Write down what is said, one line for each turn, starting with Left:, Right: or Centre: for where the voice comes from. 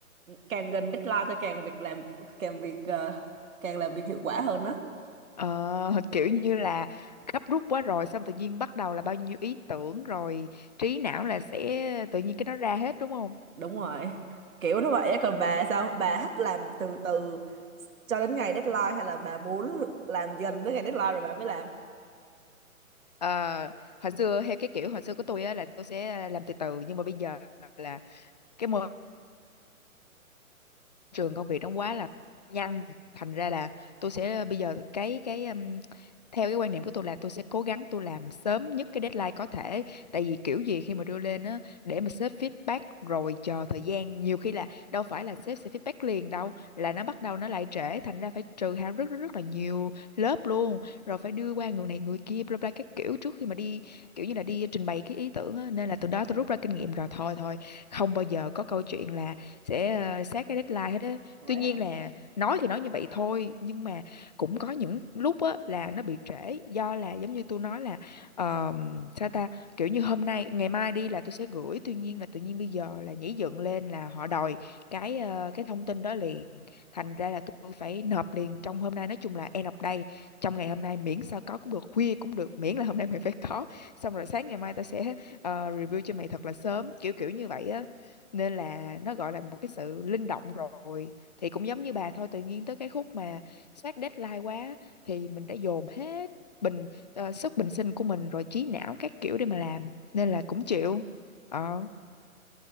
Right: càng gần deadline tôi càng việc làm càng việc ờ, càng làm việc hiệu quả hơn á
Left: Ờ, <laughs> kiểu như là gấp rút quá rồi xong tự nhiên bắt đầu là bao nhiêu ý tưởng rồi trí não là sẽ tự nhiên cái nó ra hết đúng không?
Right: đúng rồi kiểu như vậy á còn bà sao bà thích làm từ từ cho đến ngày deadline hay là bà muốn làm dần đến ngày deadline rồi bà mới làm
Left: Ờ, hồi xưa hay cái kiểu hồi xưa của tôi á là tôi sẽ làm từ từ nhưng mà bây giờ là cái môi trường công việc nó quá là nhanh thành ra là tôi sẽ bây giờ cái cái um, theo cái quan niệm của tôi là tôi sẽ cố gắng tôi làm sớm nhất cái deadline có thể tại vì kiểu gì khi mà đưa lên á để mà sếp feedback rồi chờ thời gian nhiều khi là đâu phải là sếp sẽ feedback liền đâu là nó bắt đầu nó lại trễ thành ra phải trừ hao rất rất rất là nhiều lớp luôn rồi phải đưa qua người này người kia bla bla các kiểu trước khi mà đi kiểu như là đi trình bày cái ý tưởng á. Nên là từ đó tôi rút ra kinh nghiệm rồi thôi thôi không bao giờ có câu chuyện là sẽ ờ, sát cái deadline hết á
Right: vậy
Left: tuy nhiên
Right: hả
Left: là nói thì nói như vậy thôi nhưng mà cũng có những lúc á là nó bị trễ do là giống như tôi nói là ờm, sao ta kiểu như hôm nay ngày mai đi là tôi sẽ gửi tuy nhiên là tự nhiên bây giờ là nhảy dựng lên là họ đòi cái ờ, cái thông tin đó liền thành ra là tôi phải nộp liền trong hôm nay nói chung là end of day trong ngày hôm nay miễn sao có cũng được khuya cũng được miễn là hôm nay mình phải có xong rồi sáng ngày mai tao sẽ ờ, review cho mày thật là sớm kiểu kiểu như vậy á nên là nó gọi là một cái sự linh động rồi thì cũng giống như bà thôi tự nhiên tới cái khúc mà sát deadline quá thì mình đã dồn hết bình ờ, sức bình sinh của mình rồi trí não các kiểu để mà làm nên là cũng chịu ờ